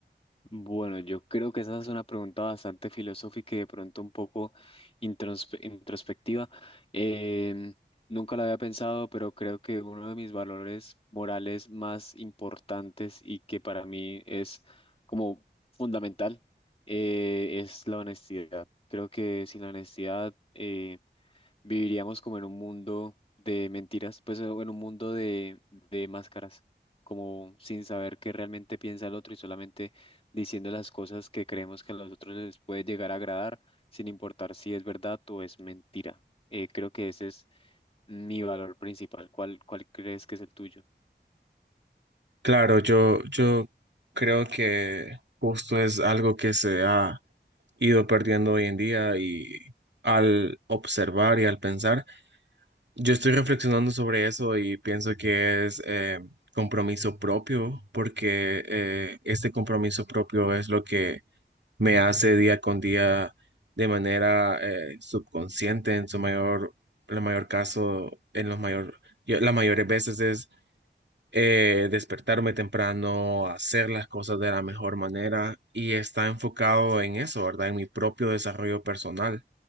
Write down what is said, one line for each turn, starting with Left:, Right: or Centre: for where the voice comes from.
Left: Bueno, yo creo que esa es una pregunta bastante filosófica y de pronto un poco introspe- introspectiva. Em, nunca la había pensado, pero creo que uno de mis valores morales más importantes y que para mí es como fundamental eh, es la honestidad. Creo que sin la honestidad eh, Viviríamos como en un mundo de mentiras, pues o en un mundo de, de máscaras, como sin saber qué realmente piensa el otro y solamente diciendo las cosas que creemos que a los otros les puede llegar a agradar, sin importar si es verdad o es mentira. Eh, creo que ese es mi valor principal. ¿Cuál, cuál crees que es el tuyo?
Right: Claro, yo, yo creo que justo es algo que se ha ido perdiendo hoy en día y al observar y al pensar. Yo estoy reflexionando sobre eso y pienso que es eh, compromiso propio, porque eh, este compromiso propio es lo que me hace día con día de manera eh, subconsciente, en su mayor, la mayor caso, en los mayor, yo- las mayores veces es eh, despertarme temprano, hacer las cosas de la mejor manera y está enfocado en eso, ¿verdad? En mi propio desarrollo personal.